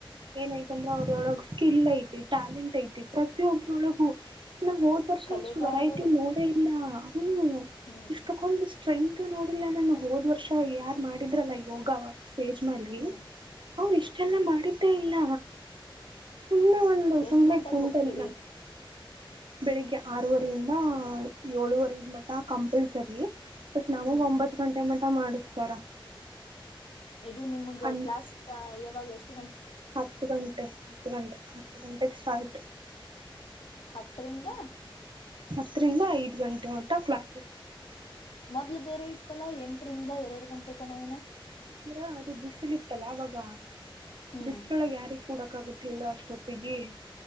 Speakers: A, on the right (about 65°); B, on the left (about 75°).
A: ಏನಐತಿ ಅಂದ್ರೆ ಅವ್ರೊಳಗೆ ಸ್ಕಿಲ್ ಐತಿ ಟ್ಯಾಲೆಂಟ್ ಐತಿ ಪ್ರತಿಯೊಬ್ರೊಳಗು. ನಾ ಹೋದ್ ವರ್ಷ
B: ಕಲೆಗಾರರು
A: ಇಷ್ಟು ವೆರೈಟಿ ನೋಡೇ ಇಲ್ಲ. ಹ್ಮ್
B: ಹ್ಮ್
A: ಇಷ್ಟುಕೊಂಡ ಸ್ಟ್ರೈನ್. ಇತ್ತು ನೋಡಿಲ್ಲ ನಾನು ಹೋದ್ ವರ್ಷ ಯಾರ್ ಮಾಡಿದ್ರಲ್ಲ ಯೋಗ. ಪೇಜ್ ಮಾಡಲಿ.
B: ಹ್ಮ್
A: ಅವ್ರು ಇಷ್ಟೆಲ್ಲ ಮಾಡಿದ್ದೇ ಇಲ್ಲ. ಸುಮ್ನೆ ಒಂದು
B: ಎಷ್ಟ್
A: ಸುಮ್ನೆ
B: ಗಂಟೆಗ್
A: ಕುಂತನ.
B: ಹೋಗ್ತೀರಿ?
A: ಬೆಳಿಗ್ಗೆ ಆರೂವರಿಯಿಂದ ಏಳುವರೆ ಮಟ್ಟ ಕಂಪಲ್ಸರಿ. ನಾವು
B: ಹ್ಮ್
A: ಒಂಬತ್ತು ಗಂಟೆ. ಅತ ಮಾಡಿಸ್ತಾರ.
B: ಇದು ನಿಮಗ್
A: ಅನ್
B: ಕ್ಲಾಸ್. ಇಾಗ ಎಷ್ಟು.
A: ಹತ್ತು ಗಂಟೆ ಹತ್ತು ಗಂಟೆ ಹತ್ತು ಗಂಟೆಗೆ ಸ್ಟಾರ್ಟ್.
B: ಹತ್ತ ರಿಂದ.
A: ಹತ್ತರಿಂದ ಐದ್ ಗಂಟೆ ಮಟ ಕ್ಲಾಸ್
B: ಮೊದ್ಲು ಬೇರೆ ಇತ್ತಲಾ ಎಂಟರಿಂದ ಎರಡು ಗಂಟೆ ತನ ಏನು
A: ಅಂದ್ರ ಅದು ಬಿಸಿಲ ಇತ್ತಲಾ ಅವಾಗ
B: ಹ್ಮ್
A: ಬಿಸ್ರೊಳಗೆ ಯಾರಿಗೆ ಕೂಡಕ ಆಗತ್ ಹೇಳು ಅಷ್ಟೊತ್ತಿಗೆ